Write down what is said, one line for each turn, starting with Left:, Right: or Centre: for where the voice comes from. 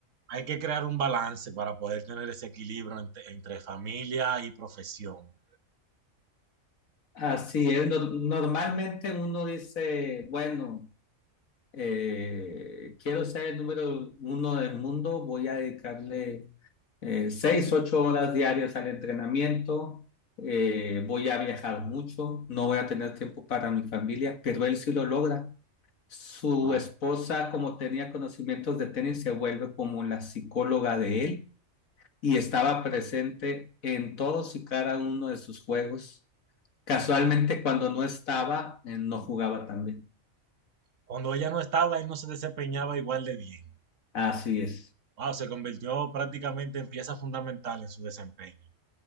Right: hay que crear un balance para poder tener ese equilibrio entre entre, familia y profesión.
Left: Así es, no- normalmente uno dice, bueno, eh, quiero ser el número uno del mundo, voy a dedicarle eh, seis, ocho horas diarias al entrenamiento, eh, voy a viajar mucho, no voy a tener tiempo para mi familia, pero él sí lo logra. Su
Right: Ah,
Left: esposa, como tenía conocimientos de tenis, se vuelve como la psicóloga de él y estaba presente en todos y cada uno de sus juegos Casualmente cuando no estaba, eh, no jugaba también.
Right: Cuando ella no estaba, él no se desempeñaba igual de bien.
Left: Así es,
Right: Wow, se convirtió prácticamente en pieza fundamental en su desempeño.